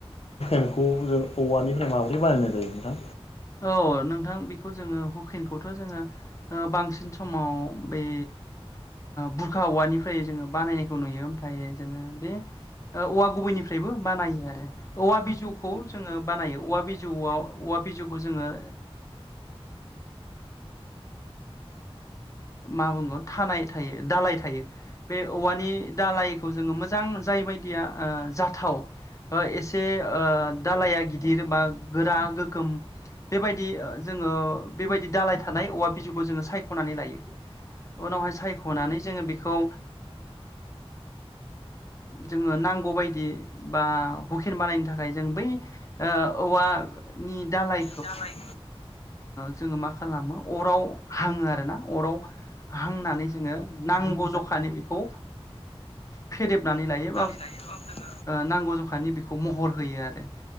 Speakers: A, on the left (about 70°); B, on the left (about 30°).
A: मखौ जों औवानिफ्राय माबोरै बानायनाय जायो नोंथां
B: औ नोंथां बेखौ जोङो हुकिनखौथ' जोङो बांसिन समाव बे बुरखा औवानिफ्राय जोङो बानायनायखौ नुयो ओमफ्राय जोङो बे औवा गुबैनिफ्राय फ्रायबो बानायो आरो औवा बिजौखौ जोङो बानायो औवा बिज बिजौआव औवा बिजौखौ जोङो मा बुंगोन थानाय थायो दालाय थायो बे औवानि दालायखौ जोङो मोजां जायबायायदि जाथाव एसे दालाया गिदिर बा गोरा गोगोम बेबायदि जोङो बेबायदि दालाय थानाय औवा बि ज सनानै उनावहाय सखनानै जोङो बेखौ जोङो नांगौ बाय बा हुकेन बानायनो थाखाय जों बै औवानि दालाय
A: जाय
B: जोङो मा खालामो अराव हाङो आरोना अराव हांनानै जोङो नांगौ जखानि बेखौ फदेबनानै लायोब
A: औ
B: नांगौ जखानि बेखौ महर होयो आरो